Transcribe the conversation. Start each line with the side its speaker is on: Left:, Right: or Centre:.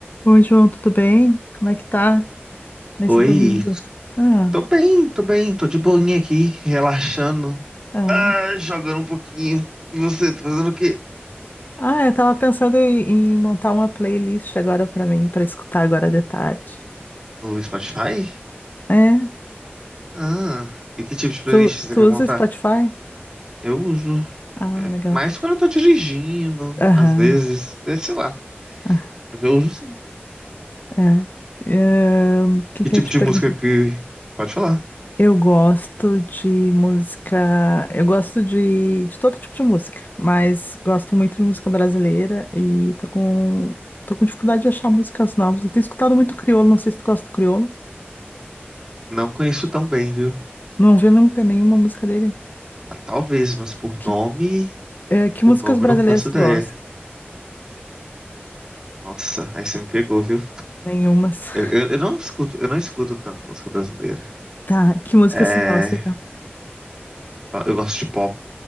Left: Oi, João, tudo bem? Como é que tá nesse
Right: Oi,
Left: domingo? Ah,
Right: tô bem, tô bem, tô de boinha aqui, relaxando,
Left: ah.
Right: ah, jogando um pouquinho. E você, tá fazendo o quê?
Left: Ah, eu tava pensando em, em montar uma playlist agora pra mim, pra escutar agora de tarde.
Right: No Spotify?
Left: É?
Right: Ah, e que tipo de playlist
Left: Tu,
Right: você
Left: tu
Right: quer
Left: usa
Right: montar?
Left: Spotify?
Right: Eu uso,
Left: Ah,
Right: é,
Left: legal.
Right: mais quando eu tô dirigindo,
Left: Aham.
Right: às vezes, é, sei lá,
Left: ah,
Right: mas eu uso sim.
Left: É. Ahn, O que
Right: Que
Left: que
Right: tipo
Left: eu ia te
Right: de
Left: perguntar?
Right: música que... Pode falar.
Left: Eu gosto de música, eu gosto de, de todo tipo de música, mas gosto muito de música brasileira e tô com, tô com dificuldade de achar músicas novas. Eu tenho escutado muito crioulo, não sei se tu gosta do crioulo.
Right: Não conheço tão bem, viu?
Left: Não ouvi nunca nenhuma música dele.
Right: Ah, talvez, mas por
Left: Que,
Right: nome,
Left: é, que
Right: por
Left: músicas
Right: nome
Left: brasileiras
Right: eu não faço
Left: tu
Right: ideia.
Left: gosta?
Right: Nossa, aí você me pegou, viu?
Left: Nenhumas. <laughs>
Right: Eu, eu, eu não escuto, eu não escuto tanto música brasileira.
Left: Tá, que músicas
Right: É,
Left: tu gosta, então?
Right: eu gosto de pop,